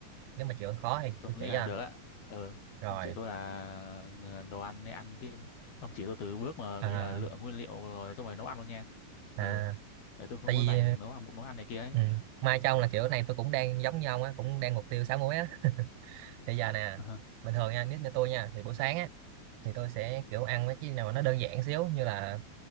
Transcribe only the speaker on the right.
nếu mà chịu khó thì
tôi
chỉ
cho à.
rồi
à
à
tại
vì
ừ, mai cho ông là kiểu này tôi cũng đang giống như ông á cũng đang mục tiêu sáu muối á thì giờ nè
bình thường nha nếu như tôi nha thì buổi sáng á thì tôi sẽ kiểu ăn mấy cái nào mà nó đơn giản xíu như là